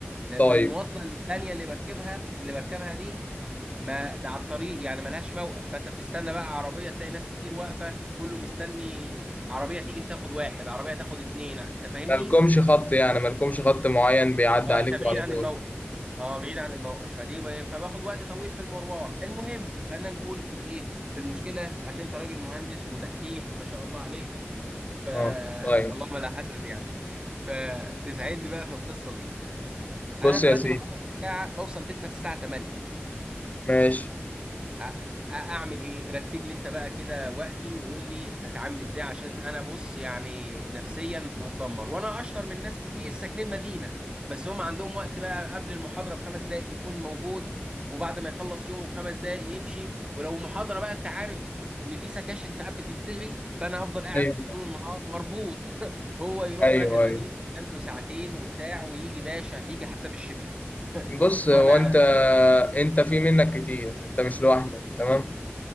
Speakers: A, on the right; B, on the left.
A: ده
B: طيب
A: المواصله الثانيه اللي بركبها اللي بركبها دي ما ده على الطريق يعني ملهاش موقف فانت بتستنى بقى عربيه تلاقي ناس كتير واقفه كله مستني عربيه تيجي تاخد واحد عربيه تاخد اتنين انت فاهمني
B: مالكمش خط يعني مالكمش خط معين بيعدي
A: اه
B: عليكوا
A: احنا بعيد
B: على
A: عن
B: طول
A: الموقف اه بعيد عن الموقف فدي ب... فباخد وقت طويل في المروح المهم خلينا نقول في ايه في المشكله عشان انت راجل مهندس ودحيح ما شاء الله عليك ف
B: اه طيب
A: اللهم لا حسد يعني فتساعدني بقى في القصه دي انا
B: بص
A: دلوقتي
B: يا سيدي
A: بخلص الساعه بوصل بيتنا الساعه 8
B: ماشي
A: أ- أ- اعمل ايه رتب لي انت بقى كده وقتي وقول لي اتعامل ازاي عشان انا بص يعني نفسيا بتدمر وانا اشطر من ناس كتير ساكنين مدينة بس هم عندهم وقت بقى قبل المحاضرة بخمس دقايق بيكون موجود وبعد ما يخلص يومه بخمس دقايق يمشي ولو محاضرة بقى انت عارف ان في سكاشن ساعات بتتلغي فانا افضل قاعد
B: ايوه
A: طول النهار مربوط <laughs> هو يروح
B: ايوه
A: رايح المدينة
B: ايوه
A: ينام له ساعتين وبتاع ويجي باشا يجي حتى بالشبشب
B: بص
A: وانا
B: هو انت انت في منك كتير انت مش لوحدك تمام